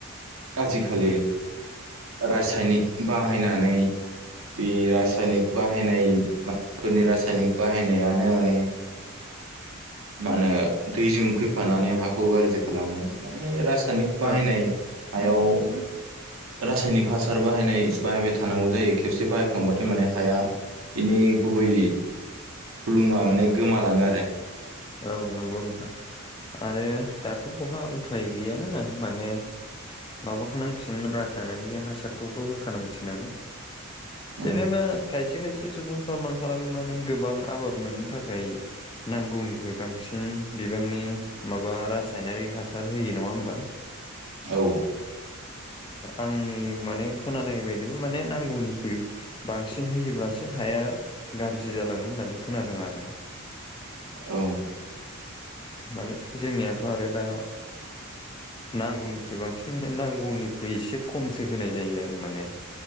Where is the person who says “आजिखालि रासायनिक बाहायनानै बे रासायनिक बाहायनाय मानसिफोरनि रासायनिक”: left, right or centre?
Right